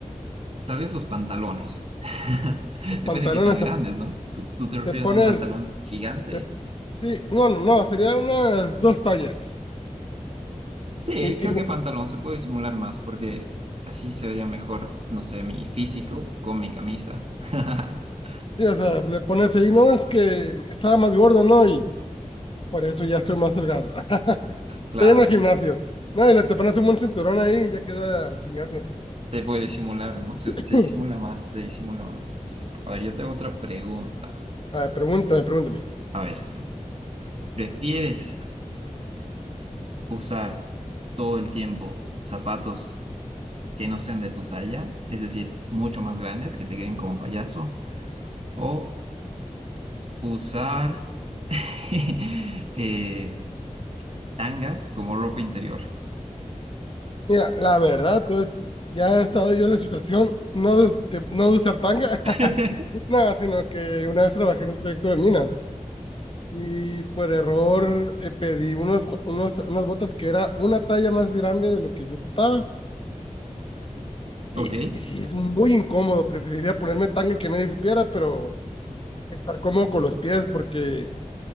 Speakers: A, on the right; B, on the left.
A: tal vez los pantalones. <laughs>
B: Los
A: Depende
B: pantalones,
A: de qué tan grandes,
B: te,
A: ¿no? ¿Tú, tú te refieres
B: te pones,
A: a un pantalón gigante?
B: te- sí, no, no, no, sería unas dos tallas.
A: Sí,
B: Y,
A: creo
B: y,
A: que pantalón se puede disimular más porque así se vería mejor, no sé, mi físico con mi camisa. <laughs>
B: sí, o sea, le pones ahí, no, es que estaba más gordo, ¿no? Y por eso ya estoy más delgado. <laughs>
A: Claro,
B: Estoy en el
A: así
B: gimnasio. No, y le te pones un buen cinturón ahí y ya queda chingazo.
A: se puede disimular, ¿no? Se,
B: <clears throat>
A: se disimula más, se disimula más. A ver, yo te hago otra pregunta.
B: A ver, pregúntame, pregúntame.
A: A ver, ¿prefieres usar todo el tiempo zapatos que no sean de tu talla? Es decir, mucho más grandes, que te queden como payaso, o usar <laughs> eh, tangas como ropa interior.
B: Mira, la verdad, entonces, ya he estado yo en la situación, no de, de- no de usar tanga, <laughs>
A: <laughs>
B: nada, sino que una vez trabajé en un proyecto de mina y por error eh, pedí unos, unos, unas botas que era una talla más grande de lo que yo ocupaba. Y,
A: Ok.
B: y sí, es muy incómodo, preferiría ponerme tanga y que nadie supiera, pero estar cómodo con los pies porque